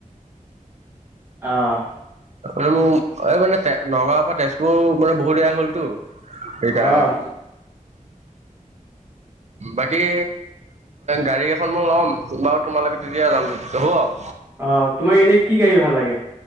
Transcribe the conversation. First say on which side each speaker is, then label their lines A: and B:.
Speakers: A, on the right; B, on the right.
A: অহ ',
B: ম মোৰ এই মানে তে নগাওৰ পৰা তেজপুৰ মানে বহুত বেয়া হ'ল টো সেইকাৰণে।
A: অ'
B: বাকী গাড়ী এখন মই লম। বাৰু তোমাল কতি তেতিয়া জ তেতিয়া হ'ব।
A: অহ ', তোমাক এনেই কি গাড়ী ভাল লাগে?